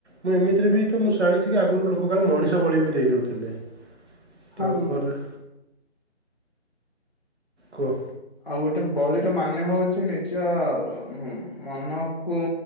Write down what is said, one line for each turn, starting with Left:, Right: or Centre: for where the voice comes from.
Right: ମୁଁ ଏମିତିରେ ବି ତ ମୁଁ ଜାଣିଛି କି ଆଗରୁ ଲୋକ କାଳେ ମଣିଷ ବଳି ବି ଦେଇଦଉଥିଲେ
Left: ହଁ
Right: ତାପରେ କୁହ।
Left: ଆଉ ଗୋଟେ ବଳିର ମାନେ ହଉଛି ନିଜଉ ହୁ ମନକୁ